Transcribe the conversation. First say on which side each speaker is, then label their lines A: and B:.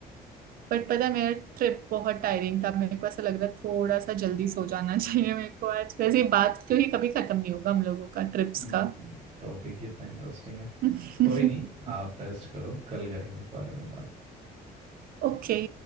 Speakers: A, on the right; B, on the right.
A: बट पता है, मेरा ट्रिप बहुत टायरिंग था मेरे को ऐसा लग रहा है थोड़ा सा जल्दी सो जाना <laughs> चाहिए मेरे को आज वैसे ये बात क्योंकि कभी खत्म नहीं होगा हम लोगों का ट्रिप्स
B: हम्म
A: का
B: टॉपिक ही इतना इंटरेस्टिंग है
A: <laughs>
B: कोई नहीं आप रेस्ट करो कल करेंगे इस बारे में बात
A: ओके